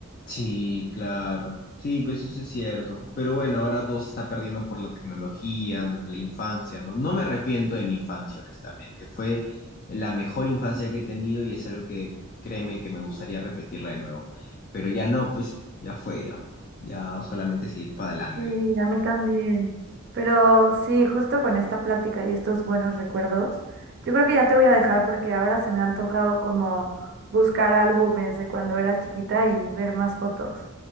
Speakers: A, on the left; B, on the right.
A: Sí, claro. Sí, pues eso es cierto. Pero bueno, ahora todo se está perdiendo por la tecnología, ¿no? la infancia, ¿no? No me arrepiento de mi infancia, honestamente. Fue la mejor infancia que he tenido y es algo que créeme que me gustaría repetirla de nuevo. Pero ya no, pues ya fue ya. Ya solamente seguir para adelante.
B: Sí, a mí también. Pero sí, justo con esta plática y estos buenos recuerdos, yo creo que ya te voy a dejar porque ahora se me ha antojado como buscar álbumes de cuando era chiquita y ver más fotos.